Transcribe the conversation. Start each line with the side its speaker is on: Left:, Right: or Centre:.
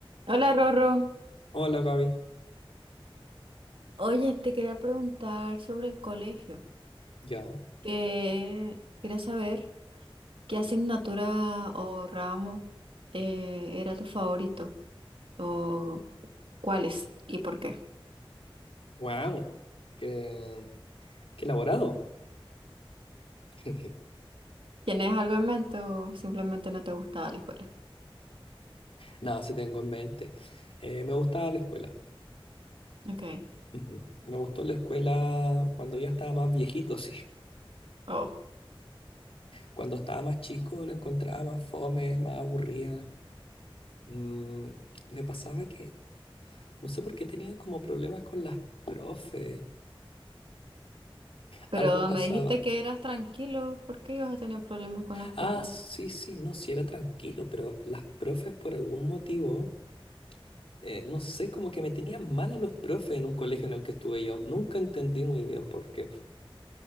Right: Hola Rorro,
Left: Hola Gaby,
Right: oye, te quería preguntar sobre el colegio,
Left: ya,
Right: que quería saber qué asignatura o ramo eh, era tu favorito o cuáles y por qué.
Left: wow, qué, qué elaborado. <laughs>
Right: ¿Tienes algo en mente o simplemente no te gustaba la escuela?
Left: No, sí tengo en mente. Eh, me gustaba la escuela.
Right: Ok,
Left: Ujú. Me gustó la escuela cuando ya estaba más viejito, sí.
Right: oh,
Left: Cuando estaba más chico la encontraba más fome, más aburrida. Mm, me pasaba que, no sé por qué tenía como problemas con las profes.
Right: pero
Left: Algo pasaba.
Right: me dijiste que eras tranquilo, ¿por qué ibas a tener problemas con los profes?
Left: Ah, sí, sí, no, sí era tranquilo, pero las profes por algún motivo eh, no sé, como que me tenían mal a los profes en un colegio en el que estuve yo. Nunca entendí muy bien por qué.